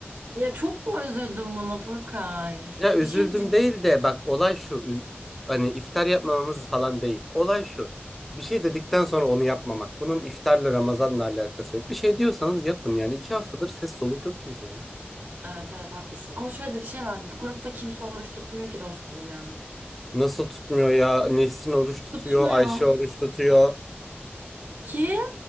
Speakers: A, on the right; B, in the centre.
A: ya çok mu üzüldüm buna Burkay?
B: Ya
A: Bir
B: üzüldüm
A: şey diyeceğim.
B: değil de bak olay şu ü- hani iftar yapmamamız falan değil. Olay şu bir şey dedikten sonra onu yapmamak. Bunun iftarla Ramazan'la alakası yok. Bir şey diyorsanız yapın yani iki haftadır ses soluk yok kimseden.
A: Evet evet haklısın. Ama şöyle de bir şey var. Bu grupta kimse oruç tutmuyor ki dostum ya.
B: Nasıl tutmuyor ya? Nesrin oruç tutuyor,
A: Tutmuyor.
B: Ayşe oruç tutuyor.
A: Kim?